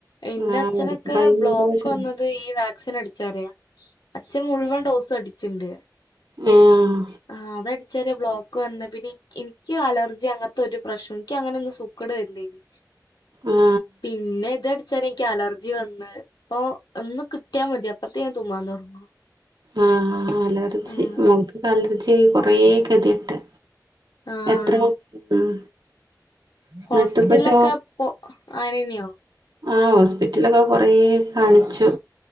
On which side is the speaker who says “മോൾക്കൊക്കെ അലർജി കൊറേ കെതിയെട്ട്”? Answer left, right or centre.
Right